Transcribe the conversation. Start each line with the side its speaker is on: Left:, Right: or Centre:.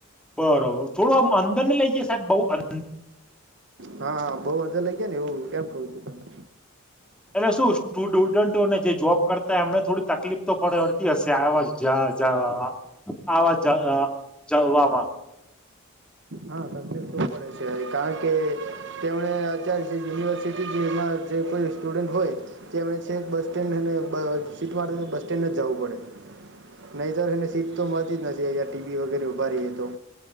Centre: બરોબર થોડું આમ અંદર નઈ લઈ ગ્યા સાહેબ બઉ અન
Right: હા હ બહુ અંદર લઈ ગયા ને હું એમ કવું છું તમને.
Centre: એટલે શું સ્ટૂડુડન્ટોને જે જોબ કરતા એમને થોડી તકલીફ તો પડેતી હશે આવા જ જ્યાં જવામાં આવા જ જવા જવામાં
Right: હા તકલીફ તો પડે છે કારણ કે તેમને અત્યાર જે યુનિવર્સિટી છે એમાં જે કોઈ સ્ટુડન્ટ હોય તે એમણે છે બસ સ્ટેન્ડ અને બ સીટ મા બસ સ્ટેન્ડ જવું પડે. નહી એને સીટ તો મળતી જ નથી અ ટીવી વગેરે ઉભા રએ તો.